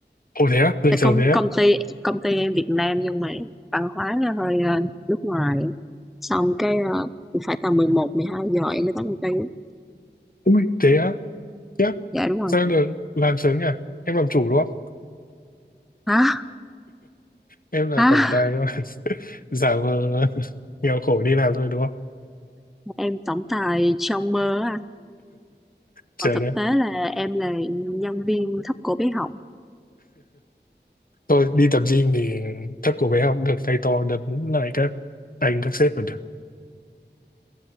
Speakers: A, on the left (about 50°); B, in the centre.
A: Ồ thế á, dậy
B: tại
A: sớm
B: công
A: thế á.
B: công ty công ty em Việt Nam nhưng mà văn hóa là hơi ờ, nước ngoài xong cái ờ, phải tầm mười một mười hai giờ em mới tới công ty á.
A: Ui, thế á, chắc.
B: dạ đúng rồi
A: Sao được làm sớm nhỉ? Em làm chủ đúng không?
B: hả
A: Em là
B: hả
A: tổng tài nhưng mà <laughs> giả vờ <laughs> nghèo khổ đi làm thôi đúng không?
B: em tổng tài trong mơ á anh
A: Trời
B: còn thực
A: đất.
B: tế là em là nhân viên thấp cổ bé họng
A: Tôi đi tập gym thì thấp của bé học cũng được tay to đấm lại các anh các sếp là được.